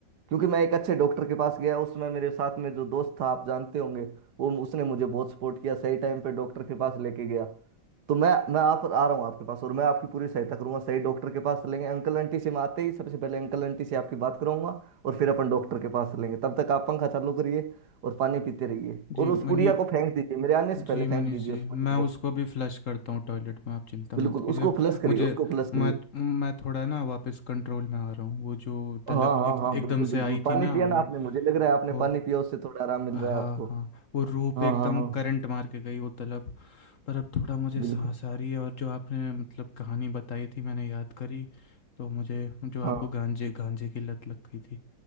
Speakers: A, on the right (about 60°); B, on the left (about 50°).
A: क्योंकि मैं एक अच्छे डॉक्टर के पास गया उसमें मेरे साथ में जो दोस्त था आप जानते होंगे वो उसने मुझे बहुत सपोर्ट किया सही टाइम पे डॉक्टर के पास लेके गया तो मैं मैं आप आ रहा हूँ आपके पास और मैं आपकी पूरी सहायता करूंगा सही डॉक्टर के पास लेंगे अंकल आंटी से मैं आते ही सबसे पहले अंकल आंटी से आपकी बात करूंगा और फिर अपन डॉक्टर के पास चलेंगे तब तक आप पंखा चालू करिए और पानी पीते रहिए
B: जी
A: और उस
B: मनी
A: पुड़िया को फेंक दीजिए मेरे आने से
B: जी
A: पहले
B: मनीष
A: फेंक दीजिए
B: जी
A: उस पुड़िया
B: मैं
A: को
B: उसको अभी फ्लश करता हूँ टॉयलेट में आप चिंता
A: बिल्कुल
B: मत कीजिए
A: उसको
B: अब
A: फ्लश करिए
B: मुझे
A: उसको फ्लश
B: मैं
A: करिए
B: मैं थोड़ा ना वापस कंट्रोल में आ रहा हूँ वो जो तलब
A: हाँ हाँ
B: एक
A: हाँ
B: एकदम
A: बिल्कुल बिल्कुल
B: से आई
A: पानी
B: थी ना
A: पिया
B: वो
A: ना आपने मुझे लग रहा है आपने
B: वो
A: पानी पिया उससे थोड़ा आराम मिल
B: हाँ
A: रहा है आपको
B: हाँ वो रूप
A: हाँ
B: एकदम
A: हाँ हाँ
B: करंट मार के गई वो तलब पर अब थोड़ा मुझे
A: बिल्कुल
B: सांस आ रही है और जो आपने मतलब कहानी बताई थी मैंने याद करी तो मुझे जो आपको
A: हाँ
B: गांजे गांजे की लत लग गई थी